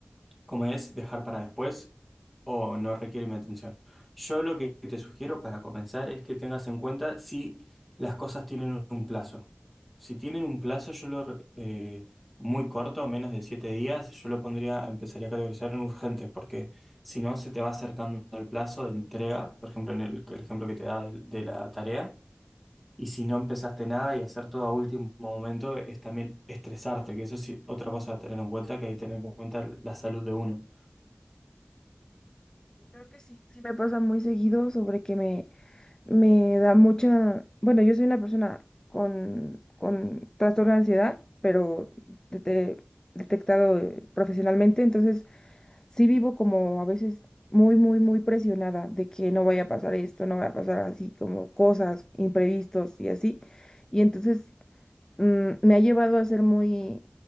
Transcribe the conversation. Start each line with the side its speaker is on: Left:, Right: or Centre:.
Centre: como es, dejar para después o no requiere mi atención. Yo lo que te sugiero para comenzar es que tengas en cuenta si las cosas tienen un plazo. Si tienen un plazo, yo lo, re- eh, muy corto, menos de siete días, yo lo pondría, empezaría a categorizar en urgentes, porque si no se te va acercando el plazo de entrega, por ejemplo, en el, el ejemplo que te da de de la tarea. Y si no empezaste nada y hacer todo a último momento es también estresarte, que eso es otra cosa a tener en cuenta, que hay que tener en cuenta la salud de uno.
Left: Creo que sí, sí me pasa muy seguido sobre que me, me da mucha, bueno, yo soy una persona con, con trastorno de ansiedad, pero dete- detectado eh, profesionalmente, entonces sí vivo como a veces muy, muy, muy presionada de que no vaya a pasar esto, no vaya a pasar así, como cosas, imprevistos y así. Y entonces mm, me ha llevado a ser muy,